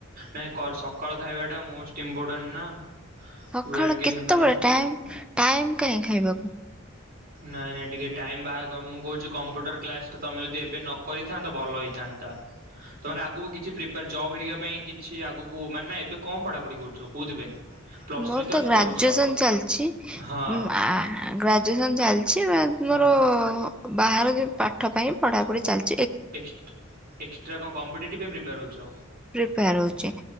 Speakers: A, on the right; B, in the centre.
A: ନାଇଁ କ ସକାଳ ଖାଇବାଟା ମୋଷ୍ଟ ଇମ୍ପୋଟାଣ୍ଟ ନା।
B: ସଖାଳୁ
A: ୱେଟ୍ ଗେନ୍
B: କେତେବେଳେ
A: ପାଇଁ।
B: ଟାଇମ୍ ଟାଇମ୍ କାଇଁ ଖାଇବାକୁ।
A: ନାଇଁ ନାଇଁ ଟିକେ ଟାଇମ୍ ବାହା କ ମୁଁ କହୁଚି କମ୍ପ୍ୟୁଟର କ୍ଲାସଟା ତମେ ଯଦି ଏବେ ନ କରିଥାନ୍ତ ତ ଭଲ ହେଇଥାନ୍ତା। ତମର ଆଗକୁ କିଛି ପ୍ରିପାର ଜବ୍ ହେରିକା ପାଇଁ କିଛି ଆଗକୁ ମାନେ ଏବେ କଣ ପଢାପଢି କରୁଚ କୋଉଥିପାଇଁ? ପ୍ଲସ୍
B: ମୋର
A: ଥ୍ରୀ
B: ତ
A: ଏବେ
B: ଗ୍ରାଜୁଏସନ୍
A: କରୁଛ
B: ଚାଲିଚି।
A: ହଁ
B: ଉମ୍ ଆ ଗ୍ରାଜୁଏସନ୍ ଚାଲିଚି ବା
A: ହଁ
B: ମୋର ବାହାର ଯେଉ ପାଠ ପାଇଁ ପଢାପଢିିି ଚାଲି
A: ଏକ୍ସଟ୍ ଏକ୍ସଟ୍ରା କଣ କମ୍ପିଟେଟିଭ୍ ପାଇଁ ପ୍ରିପେୟାର୍ ହଉଚ।
B: ପ୍ରିପେୟାର ହଉଚି